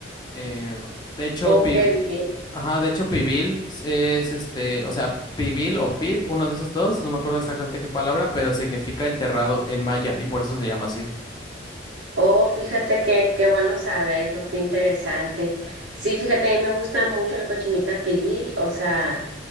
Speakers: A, on the left; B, on the right.
A: Em, de hecho,
B: Oh,
A: pi-
B: qué bien.
A: Ajá, de hecho, pibil es este, o sea, pibil o pip, uno de esos dos, no me acuerdo exactamente qué palabra, pero significa enterrado en maya y por eso se llama así.
B: Oh, fíjate que qué bueno saberlo, qué interesante. Sí, fíjate, a mí me gusta mucho la cochinita pibil, o sea,